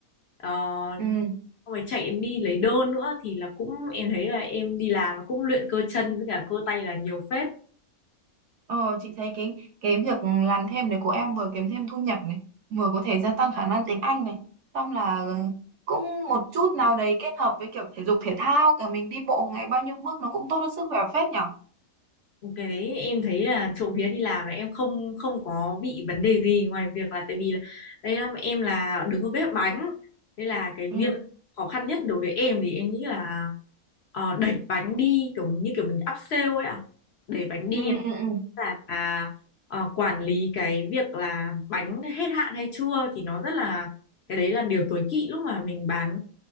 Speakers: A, on the left; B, on the right.
A: Ờ,
B: Ừ.
A: Xong rồi chạy em đi lấy đôn nữa thì là cũng em thấy là em đi làm nó cũng luyện cơ chân với cả cơ tay là nhiều phết
B: Ờ, chị thấy cái cái việc làm thêm này của em vừa kiếm thêm thu nhập này, vừa có thể gia tăng khả năng tiếng Anh này, xong là cũng một chút nào đấy kết hợp với kiểu thể dục thể thao, cả mình đi bộ ngày bao nhiêu bước nó cũng tốt cho sức khỏe phết nhở.
A: cái đấy em thấy là trộm vía đi làm là em không không có bị vấn đề gì ngoài việc là tại vì là, đây là em là đứng ở bếp bánh đây là cái
B: Ừ,
A: việc khó khăn nhất đối với em thì em nghĩ là ờ, đẩy bánh đi kiểu như kiểu mình áp sale ấy ạ đẩy bánh đi
B: ừ, ừ, ừ,
A: là à, ờ, quản lý cái việc là bánh hết hạn hay chưa thì nó rất là cái đấy là điều tối kỵ lúc mà mình bán